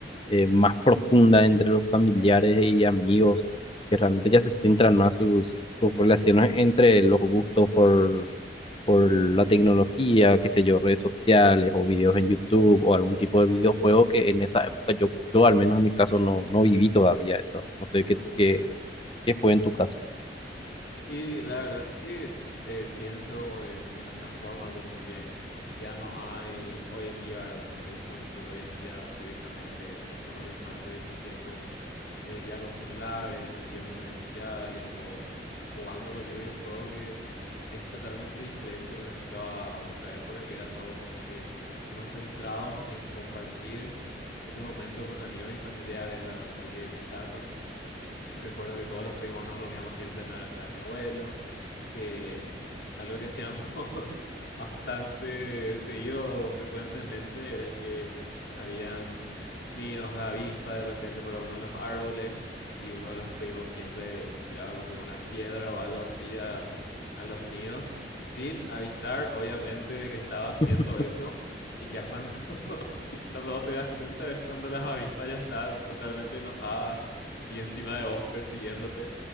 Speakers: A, on the left; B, on the left.
A: eh, más profunda entre los familiares y amigos, que realmente ya se centran más sus, sus relaciones entre los gustos por, por la tecnología, qué sé yo, redes sociales o videos en YouTube o algún tipo de videojuego que en esa época yo, yo al menos en mi caso no, no viví todavía eso. No sé qué, qué, qué fue en tu caso.
B: Y la verdad que eh, pienso de, de esa misma forma, como que ya no hay hoy en día, ¿verdad? Como que la juventud de hoy en día directamente pasa la mayor parte de su tiempo eh, ya con celulares, metidos en redes sociales o jugando cualquier videojuego que es totalmente diferente, por ejemplo, a, a nuestra época, que era todo como que más centrados en compartir ese momento con amigos y familiares, ¿verdad? Porque en mi caso, recuerdo que todos los primos nos reuníamos siempre en la granja de mi abuelo que algo que hacíamos <laughs> bastante seguido, frecuentemente, era que habían nidos de avispa de repente por alguno de los árboles y uno de los primos siempre tiraba como que una piedra o algo así a, a los nidos, sin avisar, obviamente, de que estaba haciendo
A: <laughs>
B: eso. Y ya cuando, <laughs> cuando vos te das cuenta es cuando las avispas ya están totalmente enojadas y encima de vos persiguiéndote.